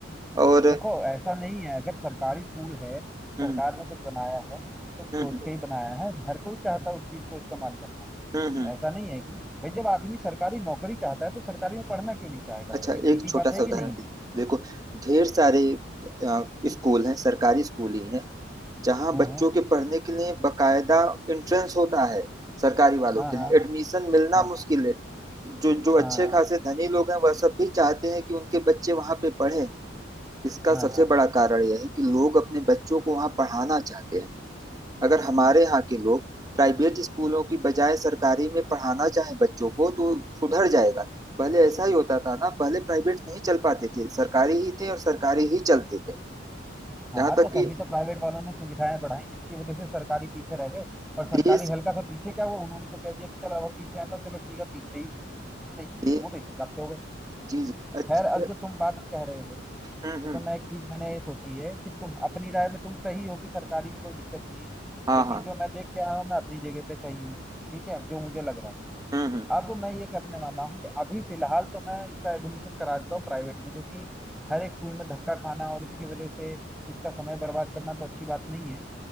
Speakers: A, on the right; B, in the centre.
A: और
B: देखो ऐसा नहीं है अगर सरकारी स्कूल है सरकार
A: हम्म
B: ने कुछ बनाया है तो सोच
A: हम्म हम्म
B: के ही बनाया है हर कोई चाहता है उस चीज को इस्तेमाल करना
A: हम्म हम्म।
B: ऐसा नहीं है कि भाई जब आदमी सरकारी नौकरी चाहता है तो सरकारी में पढ़ना क्यों नहीं चाहेगा
A: अच्छा
B: एक सीधी
A: एक छोटा
B: बात
A: सा
B: है कि
A: उदाहरण
B: नहीं है
A: दे- देखो ढेर सारे अ, स्कूल हैं सरकारी स्कूल ही हैं जहाँ
B: हाँ
A: बच्चों के पढ़ने के लिए बकायदा एंट्रेंस होता है सरकारी वालों
B: हाँ
A: के
B: हाँ
A: लिए एडमिशन मिलना
B: हाँ
A: मुश्किल है जो जो
B: हाँ
A: अच्छे
B: हाँ
A: खासे धनी लोग हैं वह सब भी चाहते हैं कि उनके बच्चे वहाँ पे पढ़ें इसका
B: हाँ,
A: सबसे बड़ा कारण यह है कि लोग अपने बच्चों को वहाँ पढ़ाना चाहते हैं अगर हमारे
B: हाँ,
A: यहाँ के लोग प्राइवेट स्कूलों की बजाय सरकारी में पढ़ाना चाहें बच्चों को तो सुधर जाएगा पहले ऐसा ही होता था ना पहले प्राइवेट नहीं चल पाते थे सरकारी ही थे और सरकारी ही चलते थे
B: हाँ
A: यहाँ तक
B: तो तभी
A: कि
B: तो प्राइवेट वालों ने सुविधाएं बढ़ाई जिसकी वजह से सरकारी पीछे रह गए और सरकारी
A: देश
B: हल्का सा पीछे क्या हुआ उन्होंने तो कह दिया कि चलो अब हम पीछे हैं तो चलो ठीक है पीछे ही सही
A: दे,
B: वो तो इस हिसाब से हो गए
A: जी, जी। अच्छ
B: खैर अब जो तुम बात कह रहे हो
A: हुँ,
B: इस
A: हुँ।
B: पर मैं एक चीज मैंने ये सोची है कि तुम अपनी राय में तुम सही हो कि सरकारी में कोई दिक्कत नहीं है
A: हाँ,
B: लेकिन
A: हाँ।
B: जो मैं देख के आया हूँ मैं अपनी जगह पे सही हूँ ठीक है जो मुझे लग रहा है
A: हुँ, हुँ।
B: अब मैं ये करने वाला हूँ कि अभी फिलहाल तो मैं इसका एडमिशन करा देता हूँ प्राइवेट में क्योंकि हर एक स्कूल में धक्का खाना और इसकी वजह से इसका समय बर्बाद करना तो अच्छी बात नहीं है